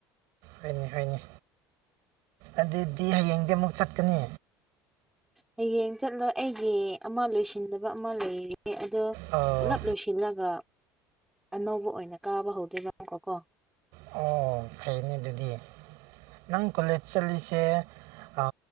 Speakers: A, on the right (about 75°); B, in the centre.
A: ꯍꯣꯏꯅꯤ ꯍꯣꯏꯅꯦ ꯑꯗꯨꯗꯤ ꯍꯌꯦꯡꯗꯤ ꯑꯃꯨꯛ ꯆꯠꯀꯅꯤ
B: ꯍꯌꯦꯡ ꯆꯠꯂꯣ ꯑꯩꯒꯤ ꯑꯃ ꯂꯣꯏꯁꯤꯟꯗꯕ ꯑꯃ ꯂꯩꯔꯦ ꯑꯗꯣ
A: ꯑꯣ
B: ꯄꯨꯂꯞ ꯂꯣꯏ ꯁꯤꯠꯂꯒ ꯑꯅꯧꯕ ꯑꯣꯏꯅ ꯀꯥꯕ ꯍꯧꯗꯣꯏꯕꯀꯣ ꯀꯣ
A: ꯑꯣ ꯐꯩꯅꯦ ꯑꯗꯨꯗꯤ ꯅꯪ ꯀꯣꯂꯦꯖ ꯆꯠꯂꯤꯁꯦ ꯑ